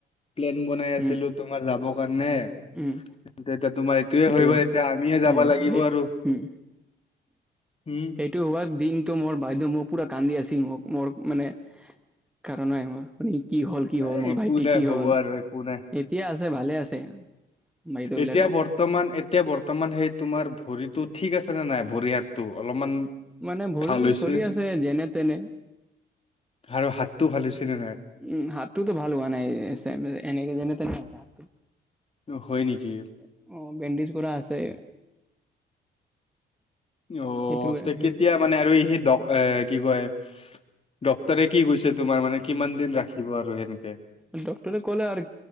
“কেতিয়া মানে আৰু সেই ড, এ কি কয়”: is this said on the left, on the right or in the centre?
Left